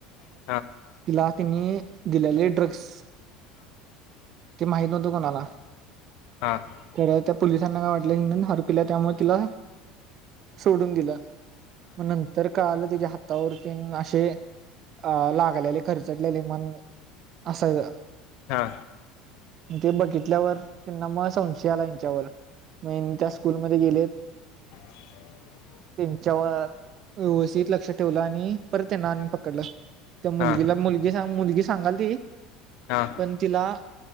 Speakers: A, on the left (about 55°); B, on the right (about 40°).
A: हं <inaudible>
B: तिला तिने दिलेले ड्रग्स. ते माहित नव्हतं कोणाला,
A: हा हा
B: तर त्या पोलिसांना काय वाटलं कि, हरवल्या त्यामुळे तिला. सोडून दिला मग नंतर. काल तिच्या हातावरती असे अ आ लागलेले खरचडलेले मन. आसयच.
A: हा
B: ते बघितल्यावर त्यांना मग संशय आला यांच्यावर. म ह्यानी त्या स्कूलमध्ये गेलेत.
A: ठुशय <inaudible>
B: त्यांच्यावर व्यवस्थित लक्ष ठेवलं, आणि परत त्यांना आणून पकडलं. त्या मुलगीला
A: हा
B: मुलगी मुलगी सांगालती
A: हा
B: पण तिला.